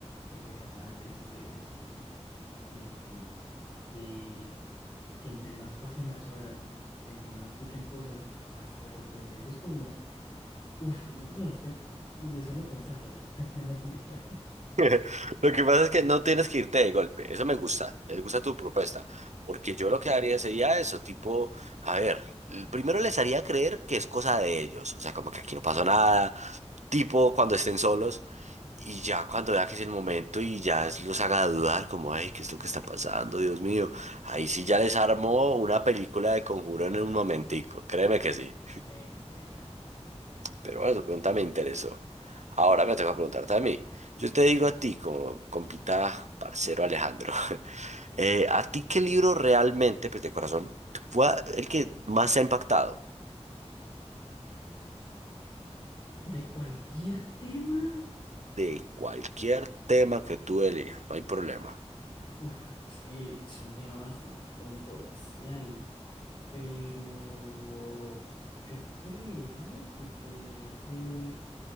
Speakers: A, on the left; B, on the right.
A: empezar a darles ese, ese sustico con el tiempo. Que, que entre más pasen las horas, entre más escuchen cosas, más terror les dé. Eso es como Uf, no, no, es que de solo pensarlo ya está <laughs> ganas me dan.
B: <laughs> Lo que pasa es que no tienes que irte de golpe. Eso me gusta. Me gusta tu propuesta. Porque yo lo que haría sería eso, tipo, a ver, l- primero les haría creer que es cosa de ellos. O sea, como que aquí no pasó nada. Tipo, cuando estén solos. Y ya cuando vea que es el momento y ya es- los haga dudar, como, ay, ¿qué es lo que está pasando? Dios mío. Ahí sí ya les armo una película de conjuro en un momentico. Créeme que
A: Oh.
B: sí.
A: Pega, pega.
B: Pero bueno, tu pregunta me interesó. Ahora me toca preguntarte a mí. Yo te digo a ti, como compita parcero Alejandro, <laughs> eh, ¿a ti qué libro realmente, pues de corazón, fue el que más te ha impactado?
A: De cualquier tema.
B: De cualquier tema que tú elijas, no hay problema.
A: Uf, es que es un tema bastante controversial, pero yo creería que podría ser